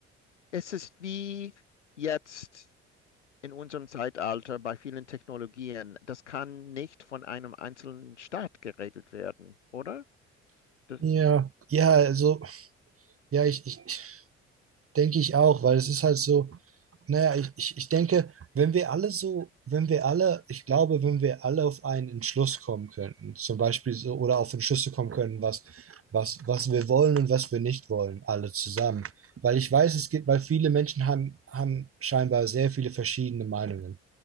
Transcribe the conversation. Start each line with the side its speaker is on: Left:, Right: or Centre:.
Left: es ist wie jetzt in unserem Zeitalter bei vielen Technologien. Das kann nicht von einem einzelnen Staat geregelt werden, oder? Das,
Right: Ja, ja, also, ja, ich, ich ich- denke ich auch, weil es ist halt so, naja, ich, ich, ich denke, wenn wir alle so, wenn wir alle, ich glaube, wenn wir alle auf einen Entschluss kommen könnten, zum Beispiel so, oder auf Entschlüsse kommen können, was, was, was wir wollen und was wir nicht wollen, alle zusammen. Weil ich weiß, es gibt, weil viele Menschen haben, haben scheinbar sehr viele verschiedene Meinungen.